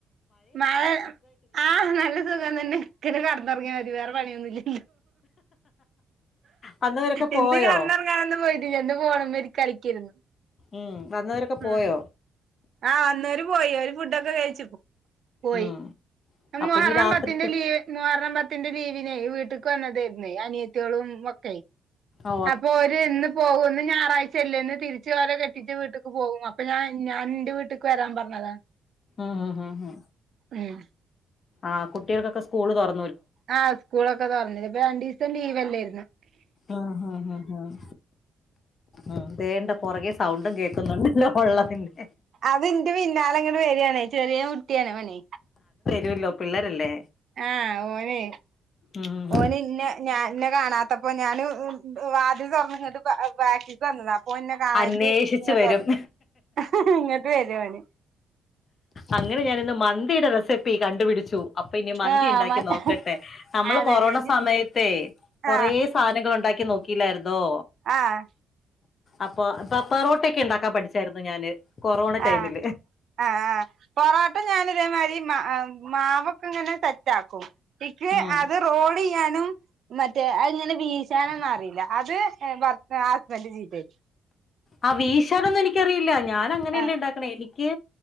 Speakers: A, on the right (about 60°); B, on the left (about 50°).
A: മഴ ആഹ് നല്ല സുഖം തന്നെ ഇക്കനെ കടന്നൊറങ്ങ്യാ മതി വേറെ പണിയൊന്നുല്ല.
B: വന്നവരൊക്കെ
A: ഇന്ന്
B: പോയോ
A: കടന്നൊരണ്ടാനൊന്നും പോയിട്ടില്ല ഇന്ന് ഫോണ് മ്മെരി കളിക്കെര്ന്നു
B: ഉം വന്നവരൊക്കെ പോയോ
A: ഉം ആഹ് വന്നോര് പോയി ഓര് ഫുഡൊക്കെ കഴിച്ച്പ്പോ പോയി
B: ഉം അപ്പൊ
A: മൂഹറം
B: ഇനി രാത്രിത്തെ
A: പത്തിന്റെ ലീവ് മൂഹറം പ ത്തിന്റെ ലീവിനേ വീട്ട്ക്ക് വന്നതേയ്ര്ന്നെ അനിയത്ത്യേളും ഒക്കെ
B: ആഹ്
A: അപ്പൊര് ഇന്ന് പോവും ഇന്ന് ഞായറാഴ്ചല്ലേ ഇന്ന് തിരിച്ച് ഓലെ കെട്ടിച്ച വീട്ട്ക്ക് പോവും അപ്പൊ ഞാൻ ഞാൻ ൻ്റെ വീട്ട്ക്ക് വെരാൻ പറഞ്ഞതാ.
B: ഉം ഹ് ഹ് ഹ്
A: ഉം
B: ആഹ് കുട്ട്യേക്കൊക്കെ സ്കൂള് തൊറ
A: ആഹ് സ്കൂളൊക്കെ തൊർന്ന്ണ് ഇപ്പ രണ്ടിസം ലീവല്ലേര്ന്ന്.
B: ഉം ഹും ഹും ഹും ഉം തേണ്ട പൊറകെ സൗണ്ടും കേക്കുന്നുണ്ടല്ലോ ഒള്ളത്തിന്റെ
A: അത് ൻ്റെ പിന്നാലെങ്ങനെ വെരാണേ ചെറ്യേ കുട്ട്യാണ് ഓനെ.
B: രോല്ലോ പിള്ളാരല്ലേ
A: ആഹ് ഓനെ
B: ഉം
A: ഓന് ഇന്നെ ഞ ഇന്നെ കാണാത്തപ്പോ ഞാന് ഏം വാതില് തൊർന്ന്ങ്ങട്ട് വാ വാക്കിക്ക് വന്നത അപ്പോ ഓൻ ഇന്നെ കാണായിട്ട്
B: അന്വേഷിച്ചു
A: ഇങ്ങോട്ട്
B: വരും
A: വന്നക്ക. ഇങ്ങട്ട് വെരോന്.
B: അങ്ങനെ ഞാനിന്ന് മന്തിയുടെ റെസിപ്പി കണ്ടുപിടിച്ചു അപ്പൊ ഇനി മന്തി
A: ആഹ്
B: ഇണ്ടാക്കി
A: മറ്റേ
B: നോക്കട്ടെ നമ്മള്
A: അതന്നെ
B: കൊറോണ സമയത്തെയ് കൊറേ
A: ആഹ്
B: സാധനങ്ങ ഉണ്ടാ ക്കി നോക്കില്ലായിരുന്നോ
A: ആഹ്
B: അപ്പൊ ഇപ്പ പൊറോട്ടൊക്കെ ഉണ്ടാക്കാൻ പഠിച്ചായിരുന്നു ഞാന് കൊറോണ ടൈമില്
A: ആഹ് ആഹ് ആഹ് പൊറാട്ട ഞാന് ഇതേമാരി മാവൊക്കെ ഇങ്ങനെ സെറ്റാക്കും ഇക്ക്
B: ഉം
A: അത് റോള് ചെയ്യാനും മറ്റേ അത്ങ്ങനെ വീശാ ശാനൊന്നും അറിയില്ല അത് ഭർ ഹസ്ബൻഡ് ചെയ്തേരും
B: ആഹ് വീശാനൊന്നും എനിക്കറിയില്ല ഞാൻ അങ്ങനെയല്ല
A: ആഹ്
B: ഉണ്ടാക്കണേ എനി ക്ക്